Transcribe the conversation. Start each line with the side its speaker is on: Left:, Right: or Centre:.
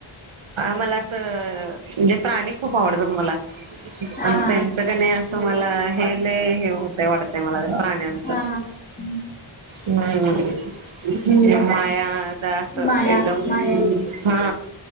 Right: मला असं म्हणजे प्राणी खूप आवडतात मला.
Left: हा
Right: आणि
Left: हा
Right: त्यांचं कानाय असं मला हे लय हे होतं वाटतय मला प्राण्यांचं.
Left: हा <inaudible>
Right: हम् माया द असं
Left: माया
Right: एकदम
Left: माया येत्या
Right: हा!